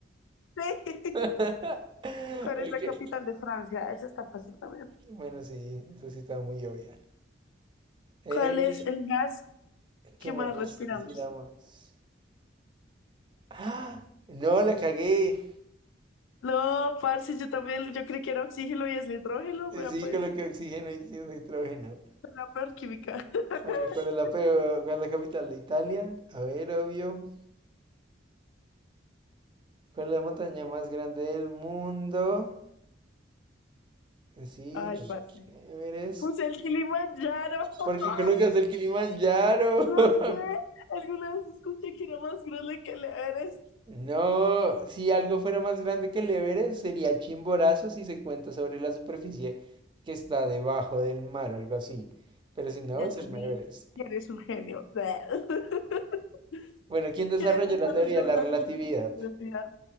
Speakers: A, on the left (about 85°); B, on the right (about 25°).
A: Sí.
B: <laughs>
A: ¿Cuál
B: Ok.
A: es la capital de Francia? Eso está fácil también.
B: Bueno, sí, eso sí estaba muy obvia. Eh,
A: ¿Cuál es el gas
B: ¿qué
A: que
B: más
A: más
B: necesitamos
A: respiramos?
B: ¡Ah! No, la cagué.
A: No, parce, yo también, yo creí que era oxígeno y es nitrógeno. Vea,
B: Sí,
A: pues,
B: coloqué oxígeno y sí, nitrógeno.
A: soy la peor química. <laughs>
B: Bueno, ¿cuál es la peor- cuál es la capital de Italia? A ver, obvio. ¿Cuál es la montaña más grande del mundo? Eh, Sí,
A: Ay,
B: Monte
A: parce.
B: Everest.
A: Pues el Kilimanjaro. <laughs>
B: Porque colocas el Kilimanjaro.
A: No
B: <laughs>
A: sé. Alguna vez escuché que era más grande que el Everest.
B: No, si algo fuera más grande que el Everest, sería el Chimborazo si se cuenta sobre la superficie que está debajo del mar o algo así. Pero si no,
A: Ya
B: es
A: te
B: el Everest.
A: di. Eres un genio. <laughs>
B: Bueno, ¿quién desarrolló
A: ¿Qué desarrolló
B: la teoría de la
A: la
B: relatividad?
A: tecnología?